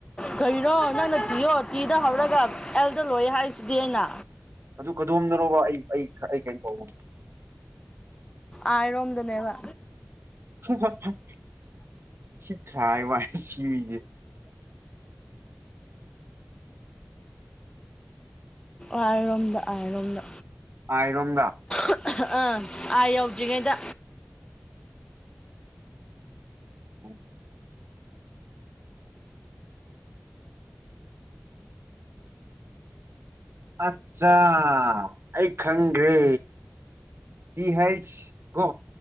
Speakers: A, on the left; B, on the right.
A: ꯀꯔꯤꯔꯣ ꯅꯪꯅ ꯊꯤꯌꯣ ꯇꯤꯗ ꯍꯧꯔꯒ ꯑꯦꯜꯗ ꯂꯣꯏꯌꯦ ꯍꯥꯏꯁꯤꯗꯤ ꯑꯩꯅ꯫
B: ꯑꯗꯨ ꯀꯗꯣꯝꯗꯅꯣꯕ ꯑꯩ ꯑꯩ ꯑꯩ ꯀꯩꯅꯣ ꯇꯧꯕ
A: ꯑꯥꯏ ꯔꯣꯝꯗꯅꯦꯕ꯫
B: <unintelligible> ꯁꯤ ꯈꯥꯏꯕꯋꯥꯅꯤ ꯁꯤ ꯃꯤꯁꯤ
A: ꯑꯥꯏ ꯔꯣꯝꯗ ꯑꯥꯏ ꯔꯣꯝꯗ꯫
B: ꯑꯥꯏꯔꯣꯝꯗ꯫
A: ꯑꯥ ꯑꯥ ꯑꯥꯏ ꯌꯧꯗ꯭ꯔꯤꯉꯩꯗ꯫
B: <inaudible> ꯑꯆꯥ ꯑꯩ ꯈꯪꯒ꯭ꯔꯦ꯫ ꯇꯤ ꯍꯩꯁ ꯀꯣ